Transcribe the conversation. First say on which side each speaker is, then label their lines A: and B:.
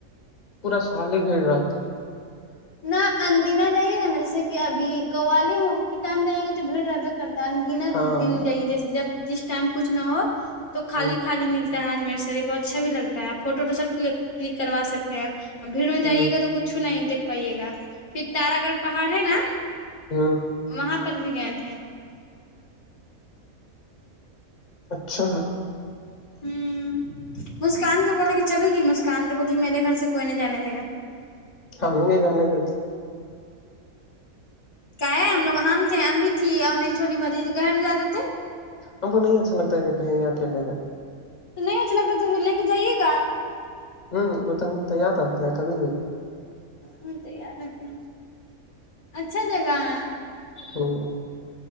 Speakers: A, on the left; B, on the left.
A: پورا سال ہی بھیڑ رہتا
B: نہ اندینا جائیے گا ناں جیسے کہ ابھی کوالی ہو کے ٹائم جائیے گا تو بھیڑ رہبے کرتا ہے دنت
A: ہاں
B: دن جائیے جیسے جب جس ٹائم کچھ نہ ہو تو خالی
A: ہ
B: خالی ملتی تا ہے اجمیر شریف اچھا بھی لگتا ہے فوٹو وٹو سب کلک کروا سکتے ہیں بھیڑ میں جائیے
A: ہ
B: گا تو کچھو نہیں دیکھ پائیے گا پھر تارا گڑھ پہاڑ ہے ناں
A: ہوں
B: وہاں پر بھی گئے تھے
A: اچھا
B: ہوں مسکان کے بولے کہ چلے گی مسکان تو بولی میرے گھر سے کوئی نہیں جانے دے گا
A: ہمیں نہیں جانے دیتے
B: کیا ہے ہم لوگ ہم تھے امی تھی اور میری چھوٹی بھتیجی کہے نہیں جانے دے تے
A: ہم کو نہیں اچھا لگتا ہے کہیں اکیلے جائے
B: تو نہیں اچھا لگتا تو پھر لے کے جائیےگا آپ
A: ہوں وہ تو ہم تیار رہتے ہیں کبھی بھی
B: ہاں تیار رہتے ہیں اچھا جگہ ہے
A: ہمم